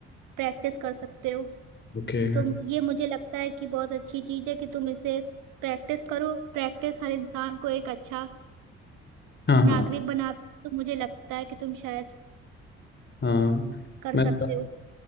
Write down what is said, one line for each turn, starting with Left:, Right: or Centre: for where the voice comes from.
Right: प्रैक्टिस कर सकते हो
Left: ओके
Right: तो ये मुझे लगता है कि बहुत अच्छी चीज है कि तुम इसे प्रैक्टिस करो प्रैक्टिस हर इंसान को एक अच्छा
Left: हाँ
Right: नागरिक
Left: हाँ
Right: बनाती है, तो मुझे लगता है कि तुम शायद
Left: हाँ
Right: कर
Left: मैं
Right: सकते हो